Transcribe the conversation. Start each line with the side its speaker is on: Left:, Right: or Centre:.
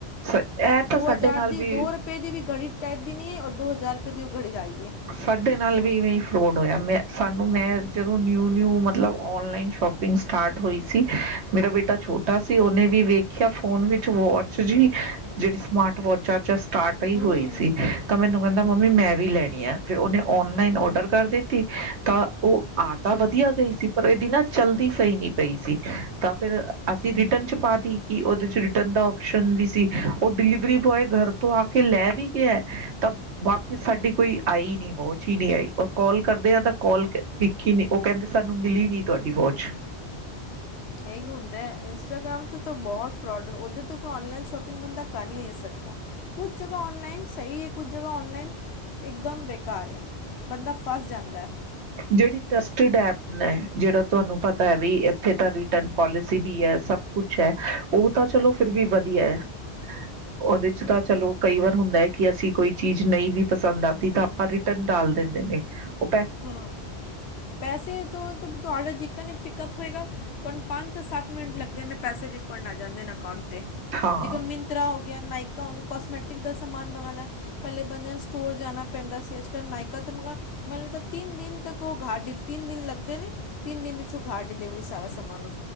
Right: ਸ ਇਹ
Left: ਦੋ
Right: ਤਾਂ ਸਾਡੇ
Left: ਹਜ਼ਾਰ
Right: ਨਾਲ
Left: ਦੀ
Right: ਵੀ
Left: ਦੋ ਰੁਪਏ ਦੀ ਵੀ ਘੜੀ ਟਾਈਪ ਦੀ ਨੀ ਹੈ ਔਰ ਦੋ ਹਜ਼ਾਰ ਰੁਪਏ ਦੀ ਉਹ ਘੜੀ ਆਈ। ਹੈ
Right: ਸਾਡੇ ਨਾਲ ਵੀ ਇਵੇਂ ਈ ਫਰੋਡ ਹੋਇਆ ਮੈਂ ਸਾਨੂੰ ਮੈਂ ਜਦੋਂ ਨਿਊ-ਨਿਊ ਮਤਲਬ ਔਨਲਾਈਨ ਸ਼ੋਪਿੰਗ ਸਟਾਰਟ ਹੋਈ ਸੀ ਮੇਰਾ ਬੇਟਾ ਛੋਟਾ ਸੀ ਉਹਨੇ ਵੀ ਵੇਖਿਆ ਫੋਨ ਵਿੱਚ ਵਾਚ ਜੀ ਜਿਹੜੀ ਸਮਾਰਟ ਵਾਚਾਂ ਸਟਾਰਟ ਹੀ
Left: ਹੂੰ
Right: ਹੋਈ ਸੀ ਤਾਂ ਮੈਨੂੰ ਕਹਿੰਦਾ ਮੰਮੀ ਮੈਂ ਵੀ ਲੈਣੀਆਂ। ਫਿਰ ਉਹਨੇ ਔਨਲਾਈਨ ਔਰਡਰ ਕਰ ਦਿੱਤੀ ਤਾਂ ਉਹ ਆ ਤਾਂ ਵਧੀਆ ਗਈ ਸੀ ਪਰ ਇਹਦੀ ਨਾ ਚਲਦੀ ਸਹੀ ਨਹੀਂ ਪਈ ਸੀ ਤਾਂ ਫਿਰ ਅਸੀਂ ਰਿਟਰਨ ਚ ਪਾ ਤੀ ਉਹਦੇ ਚ ਰਿਟਰਨ ਦਾ ਓਪਸ਼ਨ ਵੀ ਸੀ ਉਹ ਡਿਲੀਵਰੀ ਬੋਆਏ ਘਰ ਤੋਂ ਆ ਕੇ ਲੈ ਵੀ ਗਿਆ ਤਾਂ ਵਾਪਿਸ ਸਾਡੀ ਕੋਈ ਆਈ ਨੀ ਵੋਚ ਹੀ ਨਹੀਂ ਆਈ ਕੌਲ ਕਰਦੇ ਆ ਤਾਂ ਕੋਲ ਪਿੱਖ ਹੀ ਨਹੀਂ ਉਹ ਕਹਿੰਦੇ ਸਾਨੂੰ ਮਿਲੀ ਨੀ ਤੁਹਾਡੀ ਵੋਚ।
Left: ਇਹੀ ਹੁੰਦਾ ਇੰਸਟਾਗ੍ਰਾਮ ਤੋਂ ਤਾਂ ਬਹੁਤ ਫਰੋਡ ਉਹਦੇ ਤੋਂ ਕੋਈ ਔਨਲਾਈਨ ਸ਼ੋਪਿੰਗ ਬੰਦਾ ਕਰ ਹੀ ਨਹੀਂ ਸਕਦਾ ਕੁੱਝ ਜਗ੍ਹਾ ਔਨਲਾਈਨ ਸਹੀ ਹੈ ਕੁੱਝ ਜਗ੍ਹਾ ਔਨਲਾਈਨ ਇਕਦਮ ਬੇਕਾਰ ਏ ਬੰਦਾ ਫਸ ਜਾਂਦਾ।
Right: ਜਿਹੜੀ ਟੈਸਟਡ ਐਪ ਨੇ ਜਿਹੜਾ ਤੁਹਾਨੂੰ ਪਤਾ ਵੀ ਇਥੇ ਤਾਂ ਰਿਟਰਨ ਪੋਲਿਸੀ ਵੀ ਹੈ ਸਭ ਕੁਛ ਹੈ ਉਹ ਤਾਂ ਚਲੋ ਫਿਰ ਵੀ ਵਧੀਆ ਹੈ ਉਹਦੇ ਚ ਤਾਂ ਚਲੋ
Left: ਹੁਣ
Right: ਕਈ ਵਾਰ ਹੁੰਦਾ ਕਿ ਅਸੀਂ ਕੋਈ ਚੀਜ਼ ਨਹੀਂ ਵੀ ਪਸੰਦ ਆਂਦੀ ਤਾਂ ਆਪਾਂ ਰਿਟਰਨ ਡਾਲ ਦਿੰਦੇ ਨੇ ਉ
Left: ਹਮ ਪੈਸੇ ਤੋਂ ਤੁਹਾਡਾ ਜੇਕਰ ਨਾ ਪਿਕਅਪ ਨਾ ਹੋਏਗਾ ਤੁਹਾਨੂੰ ਪੰਜ ਤੋਂ ਸੱਤ ਮਿੰਟ ਲੱਗਦੇ ਨੇ ਪੈਸੇ ਰਿਫੰਡ ਆ ਜਾਂਦੇ ਨੇ ਅਕਾਊਂਟ ਤੇ
Right: ਹਾਂ
Left: ਜੇਕਰ ਮਿੰਤਰਾ ਹੋ ਗਿਆ ਨਾਇਕਾ ਹੋ ਗਿਆ ਕੌਸਮੈਟਿਕ ਦਾ ਸਮਾਨ ਮੰਗਾਨਾ ਪਹਿਲੇ ਬੰਦਿਆਂ ਨੂੰ ਸਟੋਰ ਜਾਣਾ ਪੈਂਦਾ ਸੀ ਅੱਜ ਕੱਲ੍ਹ ਨਾਇਕਾ ਤੇ ਮੰਗਾਉ ਮੈਨੂੰ ਲੱਗਦਾ ਤਿੰਨ ਦਿਨ ਤੱਕ ਉਹ ਘਰ ਡਲੀ ਤਿੰਨ ਦਿਨ ਲਗਦੇ ਨੇ ਤਿੰਨ ਦਿਨ ਵਿੱਚ ਘਰ ਓ ਡਿਲੀਵਰੀ ਸਾਰਾ ਸਮਾਨ